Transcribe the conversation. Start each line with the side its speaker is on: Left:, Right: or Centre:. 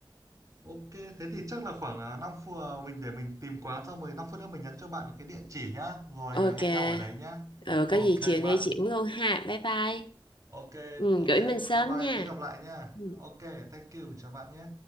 Right: Ok, thế thì chắc là khoảng à, năm phút à, mình để mình tìm quán xong rồi 5 phút nữa mình nhắn cho bạn cái địa chỉ nhá, rồi
Left: Ok.
Right: à, hẹn nhau ở đấy nhá.
Left: Ừ,
Right: Ok
Left: có gì chiều
Right: bạn.
Left: nay chuyển luôn ha. Bye bye.
Right: Ok,
Left: Ừ,
Right: ok,
Left: gửi mình sớm
Right: bye bye,
Left: nha.
Right: tí gặp lại nhá.
Left: Ừ.
Right: Ok, thank you, chào bạn nhé.